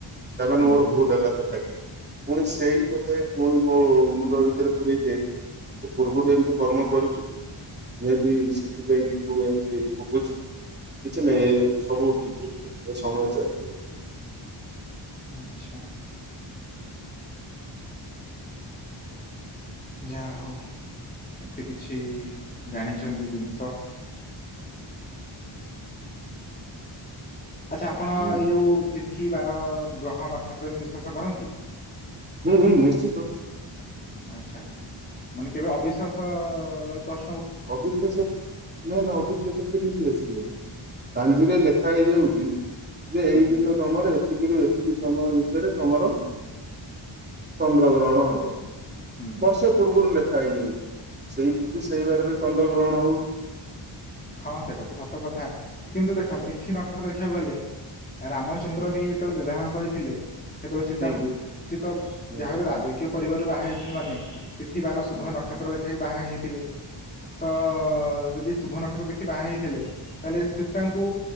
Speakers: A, on the right; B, on the left.
A: ତାମାନେ
B: ହୁଁ
A: ମର ଭୁଲ ହେଲା। ପୁଣି ସେଇ ବୋଧେ ପୁଣି ମୋ ମୁଣ୍ଡ ଭିତରେ ପୁରେଇ ଦିଏ। ତୁ ପୂର୍ବରୁ ଏମତି କର୍ମ କରିଛୁ ମେ ବି ସେଥିପାଇଁ କି ତୁ ଏମିତି ଭୋଗୁଛୁ। କିଛି ନାଇଁ ଏ ସବୁ ଠିକ ହେଇଛିିବ ଏ ସମୟ ଚାଲିଯିବ।
B: ଆଛା। ଯାହା ହଉ ଏତେ କିଛି ଜାଣିଛନ୍ତି ଜିନିଷ। ଆଚ୍ଛା ଆପଣ
A: ହୁଁ
B: ଏଇ ଯେଉଁ ତିଥି ବାର ଗ୍ରହ ନକ୍ଷତ୍ର ଏ ସବୁ ବିଶ୍ୱାସ କରନ୍ତି।
A: ହୁଁ ହୁଁ ନିଶ୍ଚିତ।
B: ଆଛା ମାନେ କେବେ ଅବିଶ୍ୱାସ ପ୍ରଶ୍-
A: ଅବିଶ୍ୱାସ ନା ନା ଅବିଶ୍ୱାସ କେମିତି ଆସିବ। ପାଞ୍ଜିରେ ଲେଖା ହେଇଯାଉଛି। ଯେ ଏଇ
B: ହୁଁ
A: ଦିନ ତମର ଏତିକି ରୁ ଏତିକି ସମୟ ଭିତରେ ତମର। ଚନ୍ଦ୍ର ଗ୍ରହଣ ହବ।
B: ହୁଁ
A: ବର୍ଷେ ପୂର୍ବରୁ ଲେଖା ହେଇଯାଉଛି ସେଇ ତିଥି ସେଇ ବାରରେ ଚନ୍ଦ୍ର ଗ୍ରହଣ ହଉଛି।
B: ହଁ ସେଟା ତ ସତ କଥା କିନ୍ତୁ ଦେଖ
A: ବାସ୍।
B: ତିଥି ନକ୍ଷତ୍ର ଦେଖିବାକୁ ଗଲେ। ରାମଚନ୍ଦ୍ର
A: ହୁଁ
B: ବି ଯେତେବେଳେ ବିବାହ କରିଥିଲେ ସେତେବେଳେ ସୀତାଙ୍କୁ
A: ହୁଁ
B: ସେ ତ
A: ହୁଁ
B: ଯାହାହେଲେ ରାଜ ପରିବାରରୁ ବାହା ହେଇଛନ୍ତି ମାନେ ତିଥିିବାର
A: ହୁଁ
B: ଶୁଭ ନକ୍ଷ ନତ୍ର ଦେଖାଇ ବାହା ହେଇଥିବେ ତ ଯଦି ଶୁଭ ନକ୍ଷତ୍ର ଦେଖି ବାହା ହେଇଥିଲେ। ତାହେଲେ ସୀତାଙ୍କୁ